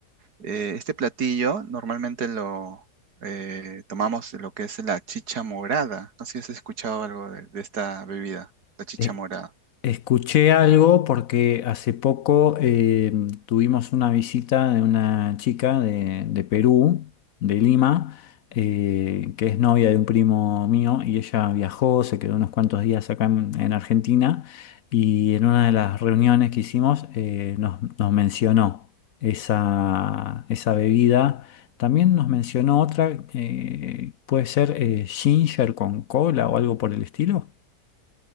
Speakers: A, on the right (about 75°); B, on the left (about 65°).
A: eh, este platillo, normalmente lo eh, tomamos lo que es la chicha morada, no sé si has escuchado algo de de esta bebida, la chicha
B: Eh,
A: morada.
B: Escuché algo porque hace poco eh, tuvimos una visita de una chica de, de Perú, de Lima, eh, que es novia de un primo mío y ella viajó, se quedó unos cuantos días acá en, en Argentina y en una de las reuniones que hicimos eh, nos, nos mencionó esa, esa bebida. También nos mencionó otra, eh, puede ser eh, ginger con cola o algo por el estilo.